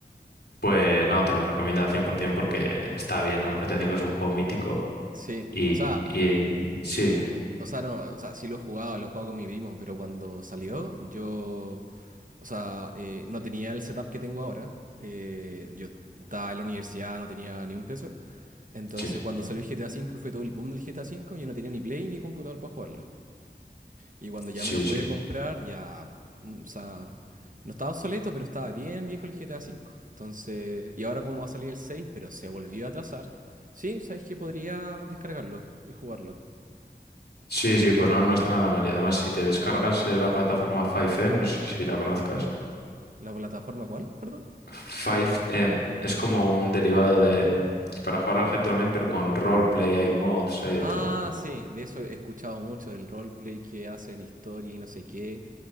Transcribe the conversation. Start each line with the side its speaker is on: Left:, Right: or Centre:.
Left: Pues no, te lo recomiendo al 100% porque está bien, ¿no? El GTA V es un juego mítico
Right: Sí,
Left: y,
Right: o sea,
Left: y sí, dime,
Right: o sea, no, o sea, sí lo he jugado, lo he jugado con mi primo, pero cuando salió, yo, o sea, eh, no tenía el setup que tengo ahora. eh, yo estaba en la universidad, no tenía ni un peso. Entonces,
Left: sí,
Right: cuando salió el GTA V, fue todo el boom del GTA V, yo no tenía ni Play ni computador para jugarlo. Y cuando ya
Left: sí,
Right: me lo pude
Left: sí.
Right: comprar, ya, mm, o sea, no estaba obsoleto, pero estaba bien viejo el GTA V. Entonces, y ahora como va a salir el 6 pero se volvió a atrasar. Sí, sabéis que podría descargarlo y jugarlo.
Left: Sí, sí, pues no, no está nada mal. Y además, si te descargas eh, la plataforma 5M, no sé si la conozcas.
Right: ¿La plataforma cuál? Perdón.
Left: 5M. Es como un derivado de... para jugar al GT Online, pero con roleplay, hay mods, hay de
Right: Ah,
Left: todo.
Right: sí, de eso he escuchado mucho, del roleplay que hacen, historia y no sé qué.